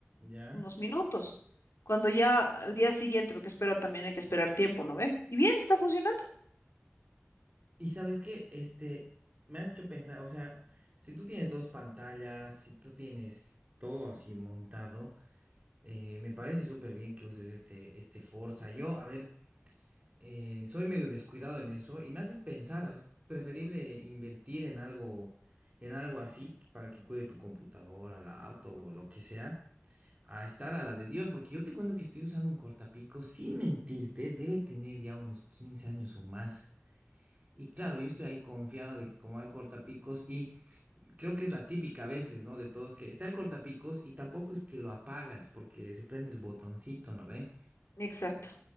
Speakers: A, on the right; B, on the left.
A: ya.
B: unos minutos. Cuando ya al día siguiente, porque espero también hay que esperar tiempo, ¿no ve? Y bien, está funcionando.
A: Y sabes qué, este, me has hecho pensar, o sea, si tú tienes dos pantallas, si tú tienes todo así montado, eh, me parece súper bien que uses este, este Forza. Yo, a ver, eh, soy medio descuidado en eso y me haces pensar, es preferible invertir en algo, en algo así para que cuide tu computadora, la auto o lo que sea a estar a la de Dios, porque yo te cuento que estoy usando un cortapico, sin mentirte, debe tener ya unos 15 años o más. Y claro, yo estoy ahí confiado de que como hay cortapicos, y creo que es la típica a veces, ¿no? De todos, que está el cortapicos y tampoco es que lo apagas porque se prende el botoncito, ¿no ve?
B: Exacto.